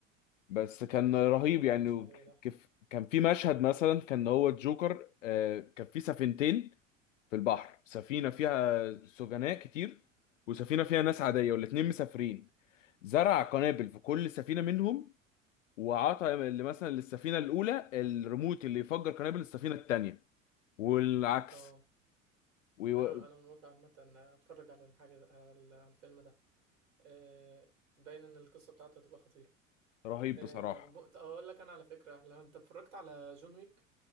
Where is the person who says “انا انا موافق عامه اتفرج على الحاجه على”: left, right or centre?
Right